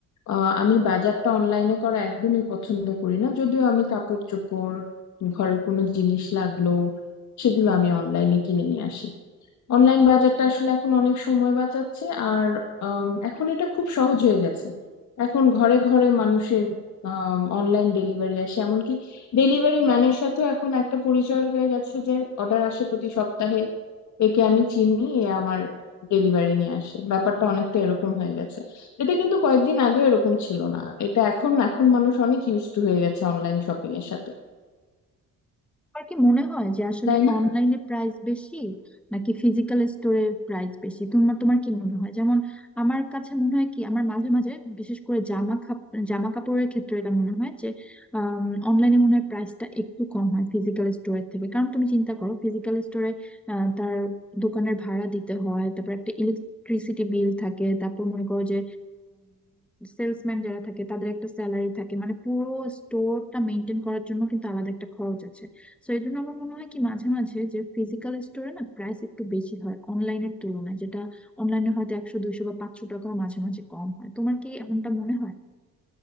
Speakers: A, on the left (about 60°); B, in the centre.
A: আহ আমি বাজারটা অনলাইনে করা একদমই পছন্দ করি না যদিও আমি কাপড় চোপড় ঘরের কোনো জিনিস লাগলো সেগুলো আমি অনলাইনে কিনে নিয়ে আসি অনলাইন বাজারটা আসলে এখন অনেক সময় বাঁচাচ্ছে আর আম, এখন এটা খুব সহজ হয়ে গেছে এখন ঘরে ঘরে মানুষের অনলাইন ডেলিভারি আসে এমনকি ডেলিভারি ম্যানের সাথেও এখন একটা পরিচয় হয়ে গেছে যে অর্ডার আসে প্রতি সপ্তাহে একে আমি চিনি এ আমার ডেলিভারি নিয়ে আসে ব্যাপারটা অনেকটা এরকম হয়ে গেছে এটা কিন্তু কয়েকদিন আগে এরকম ছিল না এটা এখন এখন মানুষ অনেক ইউজ টু হয়ে গেছে অনলাইন শপিং এর সাথে
B: আমার কি মনে হয় যে আসলে
A: তাই না
B: অনলাইনে প্রাইস বেশি নাকি ফিজিক্যাল স্টোরের প্রাইস বেশি তোমার তোমার কি মনে হয় যেমন আমার কাছে মনে হয় কি আমার মাঝে মাঝে বিশেষ করে জামা খাপ- জামা কাপড়ের ক্ষেত্রে এটা মনে হয় যে অনলাইনে মনে হয় প্রাইসটা একটু কম হয় ফিজিক্যাল স্টোরের থেকে কারণ তুমি চিন্তা করো ফিজিক্যাল স্টোরে তার দোকানের ভাড়া দিতে হয় তারপর একটা ইলেকট্রিসিটি বিল থাকে তারপর মনে করো যে সেলসম্যান যারা থাকে তাদের একটা স্যালারি থাকে মানে পুরো স্টোরটা মেনটেন করার জন্য কিন্তু আলাদা একটা খরচ আছে তো এই জন্য আমার মনে হয় কি মাঝে মাঝে যে ফিজিক্যাল স্টোরে না প্রাইস একটু বেশি হয় অনলাইনের তুলনায় যেটা অনলাইনে হয়তো একশো দুইশো বা পাঁচশো টাকাও মাঝে মাঝে কম হয় তোমার কি এমনটা মনে হয়